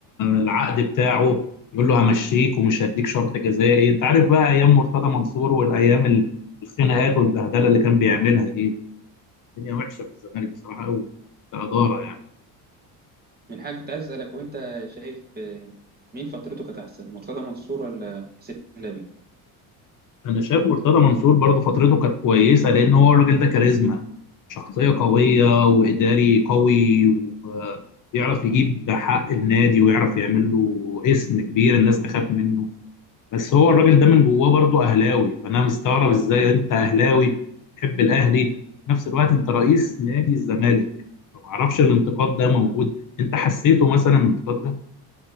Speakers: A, on the left; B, on the right.
A: العقد بتاعه يقول له همشيك ومش هديك شرط جزائي انت عارف بقى ايام مرتضى منصور والايام ال- الخناقات والبهدله اللي كان بيعملها دي الدنيا وحشه في الزمالك بصراحه قوي كاداره يعني
B: من حاجه كنت عايز اسالك وانت شايف آه، مين فترته كانت احسن مرتضى منصور ولا حسين لبيب
A: انا شايف مرتضى منصور برضه فترته كانت كويسه لان هو الراجل ده كاريزما شخصيه قويه واداري قوي ويعرف يجيب حق النادي ويعرف يعمل له اسم كبير الناس تخاف منه بس هو الراجل ده من جواه برضه اهلاوي فانا مستغرب ازاي انت اهلاوي بتحب الاهلي في نفس الوقت انت رئيس نادي الزمالك فمعرفش الانتقاد ده موجود انت حسيته مثلا الانتقاد ده